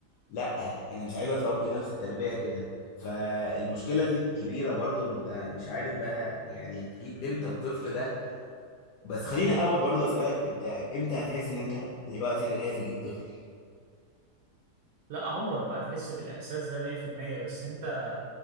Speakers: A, on the left (about 85°); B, on the right (about 65°).
A: لا انا مش عايز اتربي نفس التربيه كده فالمشكله دي كبيره برضو انت مش عارف بقى يعني تجيب امتى الطفل ده بس خليني اول برضو اسالك انت امتى هتحس ان انت دلوقتي انا جاهز اجيب طفل
B: لا عمرك ما هتحس بالإحساس ده 100% بس انت